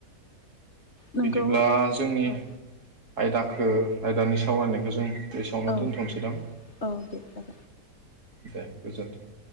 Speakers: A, on the left (about 40°); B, on the right (about 60°).
A: नंगौ
B: बिदिब्ला जोंनि
A: औ
B: आयदाखो आयदानि सावरायनायखौ जों बेसआवनो
A: औ
B: दोनथ'सै दां
A: औ दे जागोन
B: दे गोजोनथों।